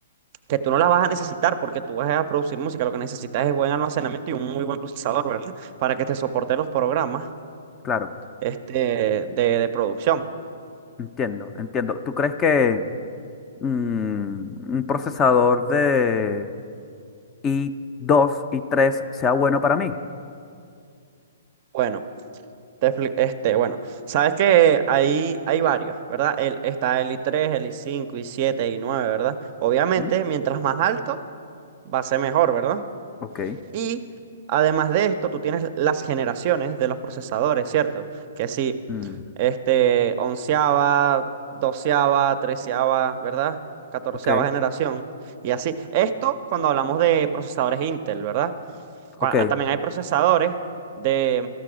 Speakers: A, on the right (about 45°); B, on the left (about 20°).
A: que tú no las vas a necesitar porque tú vas a producir música. Lo que necesitas es buen almacenamiento y un muy buen procesador, ¿verdad? Para que te soporte los programas
B: claro,
A: este, de de producción.
B: entiendo, entiendo. ¿Tú crees que mm, un procesador de i dos y 3 sea bueno para mí?
A: Bueno. Te expli- Este, bueno, sabes que hay, hay varios, ¿verdad? El, está el I3, el I5, i siete i nueve ¿verdad? Obviamente,
B: Mm,
A: mientras más alto, va a ser mejor, ¿verdad?
B: Ok.
A: Y además de esto, tú tienes las generaciones de los procesadores, ¿cierto? Que sí,
B: mm,
A: este, onceava, doceava, treceava, ¿verdad? Catorceava
B: Ok,
A: generación y así. Esto cuando hablamos de procesadores Intel, ¿verdad? cua-
B: Ok,
A: ah, También hay procesadores de,